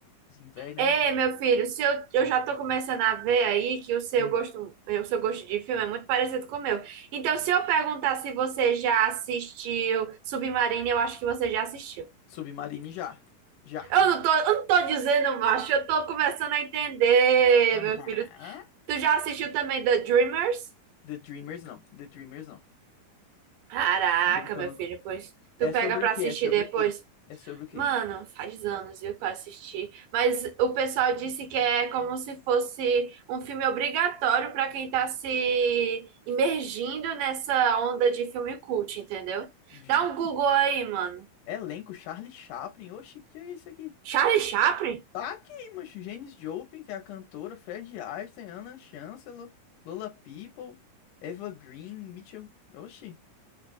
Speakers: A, on the left; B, on the right.
A: velho, né,
B: Ei,
A: mano?
B: meu filho, se eu, eu já tô começando a ver aí que o seu
A: Hum.
B: gosto, o seu gosto de filme é muito parecido com o meu. Então, se eu perguntar se você já assistiu Submarino, eu acho que você já assistiu.
A: Submarine já. Já.
B: Eu não tô, eu não tô dizendo, macho, eu tô começando a entender,
A: Aham.
B: meu filho. Tu já assistiu também The Dreamers?
A: The Dreamers não. The Dreamers não.
B: Caraca,
A: Nunca,
B: meu
A: nunca.
B: filho, pois tu
A: É
B: pega
A: sobre
B: pra
A: o quê?
B: assistir
A: É sobre
B: depois.
A: o quê? É sobre o quê?
B: Mano, faz anos, viu, que eu assisti. Mas o pessoal disse que é como se fosse um filme obrigatório para quem tá se imergindo nessa onda de filme cult, entendeu?
A: Vixe.
B: Dá um Google aí, mano.
A: Elenco, Charlie Chaplin. Oxe, que é isso aqui?
B: Charlie Chaplin?
A: Tá aqui, mancho. Janis Joplin, que é a cantora. Fred Astaire, Anna Chancellor, Lola People, Eva Green, Mitchell. Oxe,